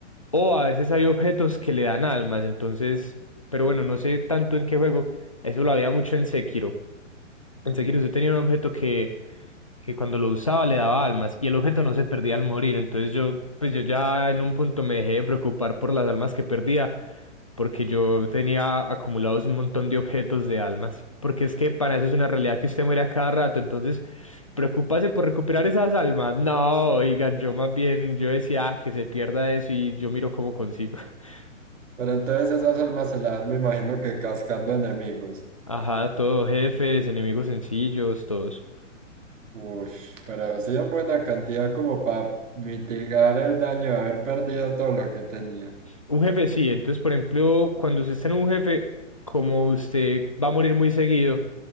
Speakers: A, on the left (about 30°); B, on the right (about 75°).
A: O a veces hay objetos que le dan almas. Entonces, pero bueno, no sé tanto en qué juego. Eso lo había mucho en Sekiro. En Sekiro usted tenía un objeto que, que cuando lo usaba le daba almas y el objeto no se perdía al morir. Entonces yo, pues yo ya en un punto me dejé de preocupar por las almas que perdía porque yo tenía acumulados un montón de objetos de almas. Porque es que para eso es una realidad que usted muere a cada rato. Entonces, preocuparse por recuperar esas almas. No, oigan, yo más bien, yo decía, "Ah, que se pierda eso y yo miro cómo consigo. <laughs>
B: Pero entonces esas almas se las dan, me imagino que cascando enemigos.
A: Ajá, todo, jefes, enemigos sencillos, todos.
B: Uy, pero sí en buena cantidad como para mitigar el daño de haber perdido todo lo que tenía.
A: Un jefe sí, entonces por ejemplo, cuando usted está en un jefe, como usted va a morir muy seguido,